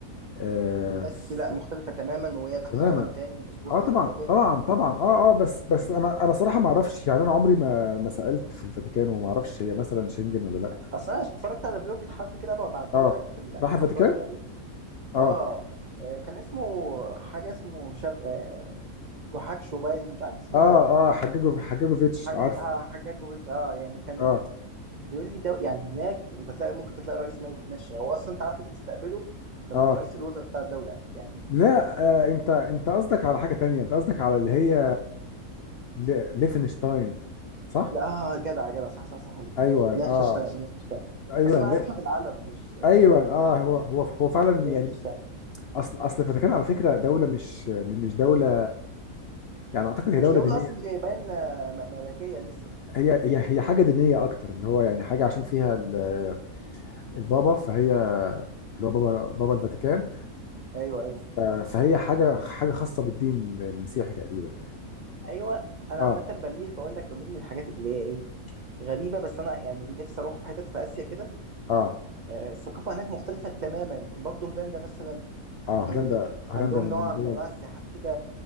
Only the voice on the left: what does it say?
آه،
ف-
تماما
اه
طبعا
طبعا
طبعا اه اه بس بس انا انا صراحه ما اعرفش يعني انا عمري ما ما سالت في الفاتيكان وما اعرفش هي مثلا شنجن ولا لا
اه
راح الفاتيكان
اه
اه اه حججوا حججوا فيتش
عارف
اه
اه
لا آه انت انت قصدك على حاجه تانية انت قصدك على اللي هي ل- ليفنشتاين صح
ايوه
اه
ايوه
ايوه اه هو هو هو فعلا
يعني اصل اصل الفاتيكان على فكره دوله مش مش دوله يعني اعتقد هي
دوله
دينيه
هي هي هي حاجه دينيه اكتر اللي هو يعني حاجه عشان فيها ال- البابا فهي اللي هو بابا بابا الفاتيكان
ف- فهي حاجه حاجه خاصه بالدين المسيحي تقريبا
اه
اه
اه
آه، هولندا هولندا
من
الدول